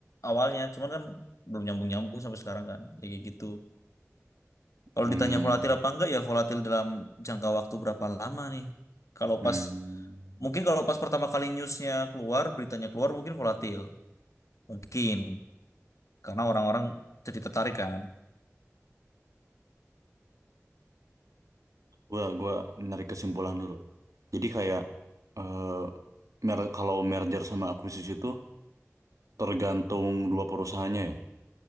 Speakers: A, on the left; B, on the right.
A: awalnya, cuman kan belum nyambung-nyambung sampai sekarang kan. Ya kayak gitu. Kalau
B: Hmm,
A: ditanya volatil apa enggak ya volatil dalam jangka waktu berapa lama nih. Kalau
B: hmm.
A: pas mungkin kalau pas pertama kali newsnya keluar beritanya keluar mungkin volatil mungkin karena orang-orang jadi tertarik kan.
B: Gua gua narik kesimpulan dulu. Jadi kayak eh mer kalau merger sama akuisisi itu tergantung dua perusahaannya ya.